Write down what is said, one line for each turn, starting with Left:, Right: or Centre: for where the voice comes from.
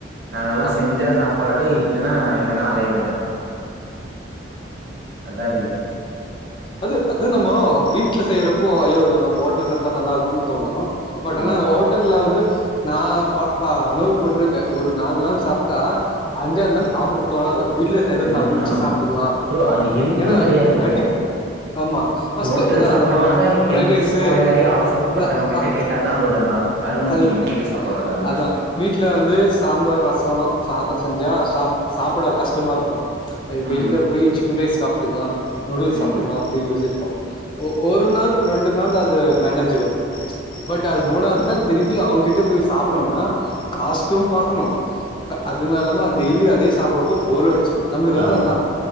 Right: நாங்க எல்லா
Left: ஆமா
Right: செஞ்சா சாப்பாடு இல் இல்லன்னா எங்கன்னா அலைய வேணும் அதா ரீசன்
Left: அது அது நம்போ வீ ட்ல செய்றப்போ ஐயோ இது நம் ஹோட்டல சாப்பிட்டா நல்ல இருக்கும்ன்னு தோணும் பட் ஆனா
Right: ஆ
Left: ஹோட்டல்ல வந்து நா ப ப அனுப்பப்பட்டுருக்கே ஒரு நாலு நாள் சாப்ட்டா அஞ்சாவது நாள் சாப்பிட தோணாது வீட்ல செய்யறத
Right: அஞ்சன்
Left: சாப்புட்ணு ச்சு
Right: ஆமா
Left: சாப்பிட்டுக்கலா
Right: ப்ரோ அது ஹெல்த்து
Left: ஏன்னா
Right: கெடையாதுல்ல
Left: கண்டி ஆமா ஃபர்ஸ்ட்டு
Right: ஹோட்டல்
Left: அது
Right: சாப்பாடுனால
Left: நம்ம பிரைட்
Right: ஹெல்த்
Left: ரைஸு
Right: ஸ்பாயில் ஆகி அவஸ்தப்பட்டவங்க
Left: இந்த
Right: கிட்ட
Left: அ
Right: கேட்டாதா அதோட ம அரும
Left: அது
Right: புரியு வீட்டு சாப்பாட்டோட அரும
Left: அதா வீட்ல வந்து சாம்பார் ரச சாத செஞ்சா சாப் சாப்பட கஷ்டமா இருக்கு வெளியில
Right: ம்
Left: போய் சிக்கன் ரைஸ் சாப்ட்டுக்கலா நூடுல்ஸ்
Right: ம்
Left: சாப்ட்டுக்கலா அப்பிடின்னு யோசிப்போ ஒ ஒரு நாள் ரெண்டு நாள் அது மேனேஜபல் பட் அது மூணாவது நாள் திருப்பி அவன்கிட்ட போய் சாப்ட்டோம்னா காஸ்ட்டு பாக்கணு அதுனாலாம டெய்லியு அதே சாப்பறப்போ போர்யு நம்மளுக்கு அந்த
Right: ஆமா